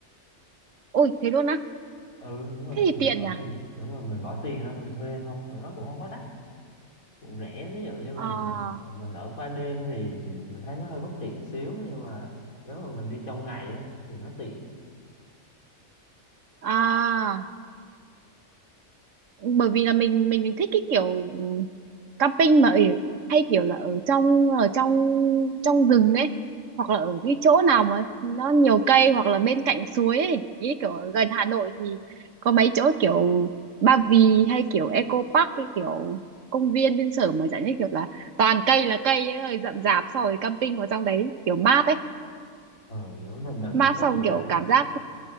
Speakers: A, on the right; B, on the left.
A: ui thế luôn á
B: ừ đúng rồi
A: thế
B: bạn
A: thì
B: mình
A: tiện
B: bỏ
A: nhỉ
B: tiền đúng rồi mình bỏ tiền ra mình thuê thôi rồi nó cũng không quá đắt cũng rẻ ví dụ như mà
A: à
B: mình ờ, mình ở qua đêm thì mình thấy nó hơi bất tiện xíu nhưng mà nếu mà mình đi trong ngày á thì nó tiện
A: à bởi vì là mình mình mình thích cái kiểu ừ, camping mà ở, hay kiểu là ở trong ở trong trong rừng ấy hoặc là ở cái chỗ nào mà nó nhiều cây hoặc là bên cạnh suối ấy ý kiểu ở gần Hà Nội thì có mấy chỗ kiểu Ba Vì hay kiểu Eco Park cái kiểu công viên bên sở mà dạng như kiểu là toàn cây là cây ấy rồi rậm rạp sau rồi camping vào trong đấy kiểu mát ấy
B: ờ nếu mình là người
A: mát
B: thích
A: xong
B: điều
A: kiểu
B: đấy
A: cảm giác